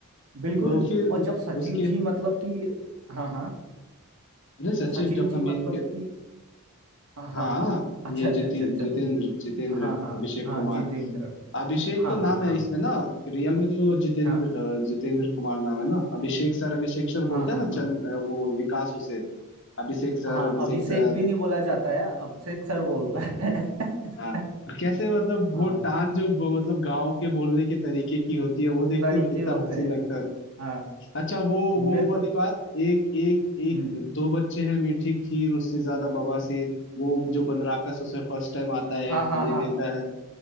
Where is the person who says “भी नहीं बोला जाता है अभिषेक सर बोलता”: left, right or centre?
Right